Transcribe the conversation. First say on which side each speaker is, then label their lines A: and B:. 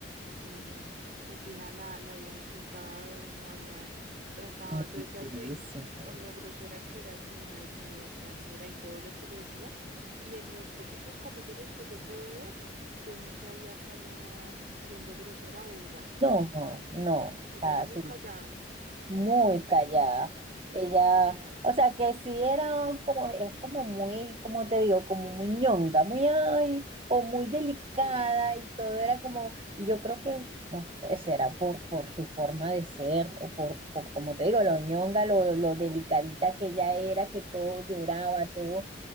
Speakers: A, on the right; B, on the right.
A: sí, Gina la, la había insultado, la había tratado.
B: Muchísimo.
A: Yo decía que con lo grosera que era Gina y con lo altanera y todo lo que le decía, y en los poquitos capítulos que yo pude ver, yo nunca vi a Karina siendo grosera o vulgar.
B: No, no, no. O sea,
A: Ella era muy
B: sí,
A: callada.
B: muy callada. Ella, o sea, que sí era como, es como muy, como te digo, como muy ñonga, muy ay, o muy delicada
A: Sí,
B: y todo era como, y yo creo que, no sé, será por, por su forma de ser o por, por, como te digo, lo ñonga, lo, lo delicadita que ella era, que todo lloraba, todo